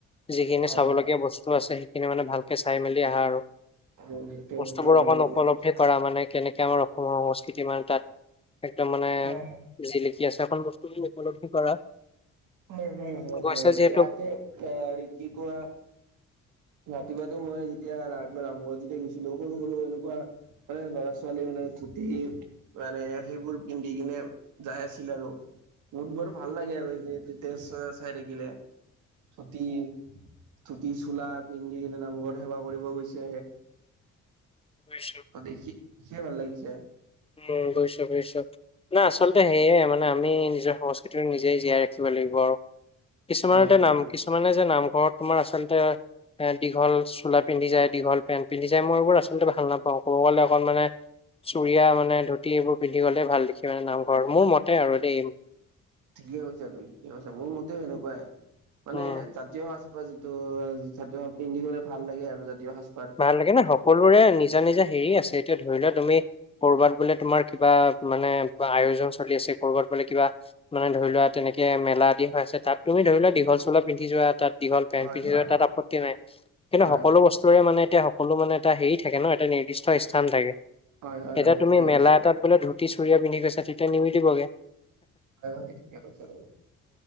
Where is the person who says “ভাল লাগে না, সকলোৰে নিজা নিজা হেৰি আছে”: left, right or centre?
Left